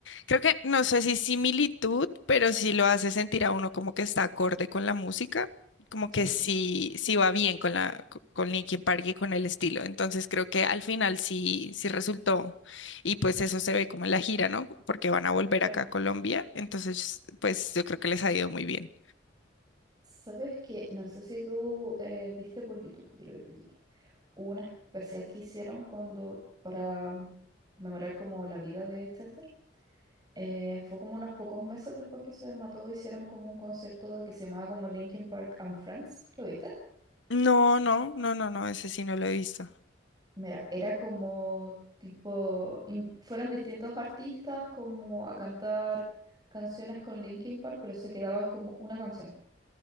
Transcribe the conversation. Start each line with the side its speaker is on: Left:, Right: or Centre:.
Left: Creo que no sé si similitud, pero sí lo hace sentir a uno como que está acorde con la música, como
Right: Sí,
Left: que sí, sí va bien con la, co- con Linkin Park y con el estilo. Entonces creo que al final sí, sí resultó. Y pues eso se ve como en la gira, ¿no? Porque van a volver
Right: claro.
Left: acá a Colombia. Entonces, pues yo creo que les ha ido muy bien.
Right: Sabes que no sé si tú eh, viste por YouTube, yo lo vi por YouTube, hubo un especial que hicieron cuando para memorar como la vida de Chester. Eh, fue como unos pocos meses después que se mató, hicieron como un concierto que se llamaba como Linkin Park and Friends. ¿Lo viste?
Left: No, no, no, no, no, ese sí no lo he visto.
Right: Mira, era como tipo, in- fueron distintos artistas como a cantar canciones con Linkin Park, pero se quedaban como una canción.